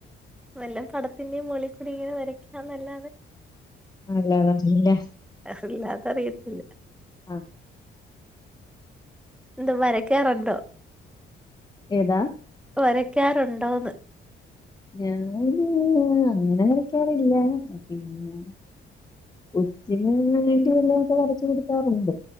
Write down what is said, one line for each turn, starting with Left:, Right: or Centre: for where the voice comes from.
Centre: വെല്ലാം പടത്തിന്റെയും മോളിക്കുടയും വരക്കാ നല്ലാതെ
Left: അല്ലാതെ അറിയില്ല
Centre: അല്ലാത അറിയത്തില്ല
Left: ആ
Centre: എന്താ വരക്കറണ്ടോ
Left: ഏതാ
Centre: വരക്കാറുണ്ടോന്ന്
Left: ഞാന് അങ്ങനെ വരക്കാറില്ല പിന്നെ കൊച്ചിന് വേണ്ടി വല്ലൊക്കെ വരച്ചു കൊടുക്കാറുണ്ട്